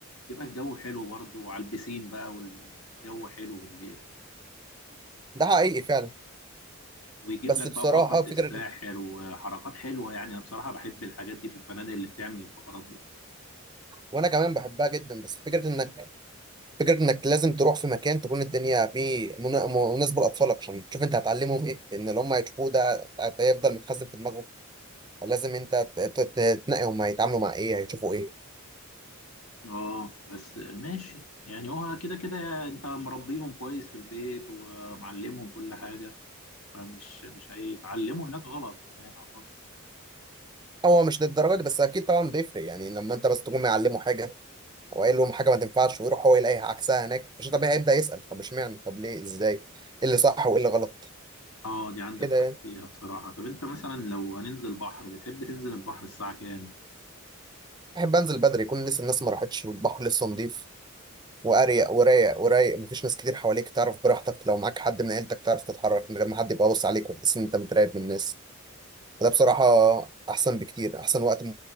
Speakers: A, on the left; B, on the right.
A: يبقى الجو حلو برضو وعلى البسين بقى والجو حلو بالليل
B: ده حقيقي فعلا
A: ويجيب
B: بس
A: لك
B: بصراحه
A: بقى فقرة
B: فكره
A: الساحر وحركات حلوة يعني أنا بصراحة بحب الحاجات دي في الفنادق اللي بتعمل الفقرات دي
B: وانا كمان بحبها جدا بس فكره انك فكره انك لازم تروح في مكان تكون الدنيا فيه منا- مناسبه لاطفالك عشان تشوف انت هتعلمهم ايه لان اللي هم هيشوفوه ده هيفضل متخزن في دماغهم لازم انت ت- ت- ت- تنقي هم هيتعاملوا مع ايه هيشوفوا ايه
A: اه بس ماشي يعني هو كده كده انت مربيهم كويس في البيت ومعلمهم كل حاجة فمش مش هيتعلموا هناك غلط يعني اعتقد
B: هو مش للدرجه دي بس اكيد طبعا بيفرق يعني لما انت بس تكون معلمه حاجه او قايل لهم حاجه ما تنفعش ويروح هو يلاقي عكسها هناك مش طبيعي هيبدا يسال طب اشمعنى طب ليه ازاي ايه اللي صح وايه اللي غلط
A: اه دي عندك
B: كده
A: حق
B: يعني
A: فيها بصراحة طب انت مثلا لو هننزل بحر بتحب تنزل البحر الساعة كام؟
B: بحب انزل بدري يكون لسه الناس ما راحتش والبحر لسه نضيف واريق ورايق ورايق مفيش ناس كتير حواليك تعرف براحتك لو معاك حد من عيلتك تعرف تتحرك من غير ما حد يبقى باص عليك وتحس ان انت متراقب من الناس وده بصراحه احسن بكتير احسن وقت